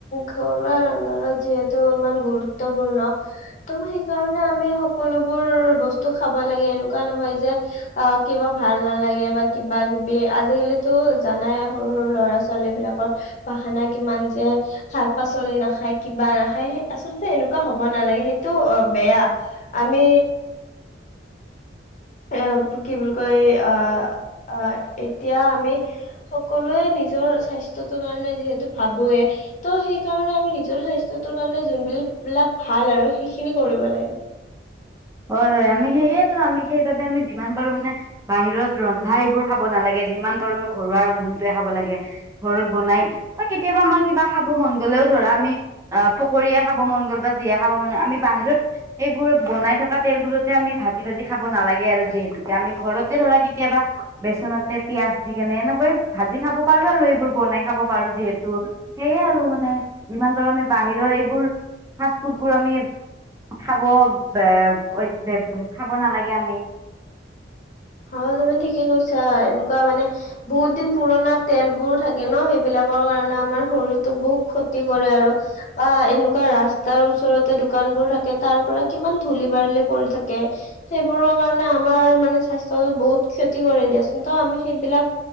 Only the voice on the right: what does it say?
হয় হয় আমি সেইয়েতো আমি সেইবাবে আমি যিমান পাৰো মানে। বাহিৰত ৰন্ধা এইবোৰ খাব নালাগে যিমান পাৰোমে ঘৰুৱা ৰন্ধন, খাব লাগে ঘৰত বনাই বা কেতিয়াবা আমাৰ কিবা খাব মন গ'লেও ধৰা আমি অ পকীয়ে খাব মন গ'ল বা যিয়ে খাব মন গ'ল আমি বাহিৰত সেইবোৰ বনাই, আচলতে আমি ভাজি ভাজি খাব নালাগে আৰু যিহেতুকে আমি ঘৰতে ধৰা কেতিয়াবা। বেচনতে পিয়াজ দি কেনে এনেকৈ ভাজি খাব পাৰো আৰু এইবোৰ বনাই খাব পাৰো যিহেতু। সেইয়ে আৰু মানে যিমান পাৰো আমি বাহিৰৰ এইবোৰ ফাষ্ট ফুড বোৰ আমি- খাব বে খাব নালাগে আমি।